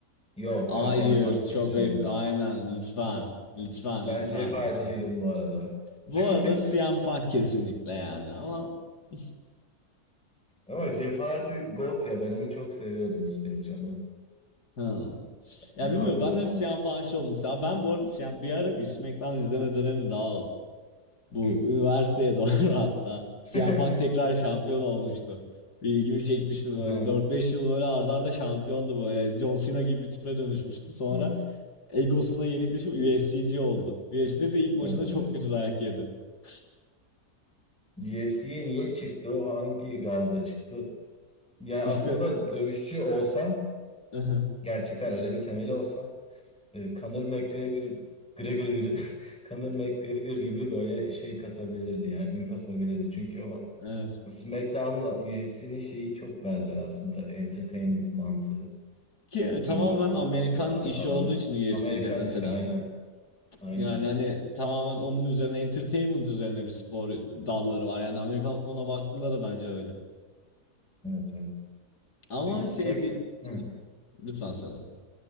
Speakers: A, in the centre; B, on the left.
A: Yok
B: Hayır
A: sen CM Punk'ciydin.
B: çok ayıp aynen lütfen lütfen
A: Ben
B: lütfen
A: Jeff Hardy'ciydim
B: lütfen.
A: bu arada.
B: Bu
A: <laughs>
B: arada CM Punk kesinlikle yani ama <laughs>
A: Ama Jeff Hardy GOAT ya ben onu çok seviyordum işte canı.
B: Hmm. Ya
A: Daha
B: bilmiyorum
A: öyle
B: ben
A: mor.
B: de bir CM Punk'çı oldum. Ya ben bu arada CM, bir ara bir SmackDown izleme dönemi daha oldu. Bu
A: Hı.
B: üniversiteye doğru <laughs> hatta. CM
A: <laughs>
B: Punk tekrar şampiyon olmuştu. Bir ilgimi çekmişti böyle.
A: Ha.
B: dört beş yıl böyle arda arda şampiyondu böyle. John Cena gibi bir tipe dönüşmüştü. Sonra
A: Hı.
B: egosuna yenik düşüp UFC'ci oldu. UFC'de de ilk maçında
A: O evet.
B: çok kötü dayak yedi. <laughs>
A: UFC'ye niye çıktı? O hangi gazla çıktı? Yani
B: İşte
A: aslında dövüşçü olsam
B: <laughs>
A: gerçekten öyle bir temeli olsa e, Conor McGregor Gregor, Gre- <laughs> Conor McGregor gibi böyle şey kasabilirdi yani ün kasabilirdi. Çünkü o
B: evet.
A: o SmackDown'la UFC'nin şeyi çok benzer aslında. Entertainment mantığı.
B: Ki
A: Hep
B: tamamen
A: birbirlerine laf
B: Amerikan
A: atıyorlar
B: işi
A: falan.
B: olduğu için UFC'de
A: Amerikan
B: mesela.
A: işi aynen. Aynen.
B: Yani hani tamamen onun üzerine entertainment üzerine bir spor dalları var. Yani Amerikan futboluna baktığında da bence öyle.
A: Evet evet.
B: Ama
A: Peki bu Smack
B: şey değil. <laughs>
A: Hı,
B: Lütfen söyle.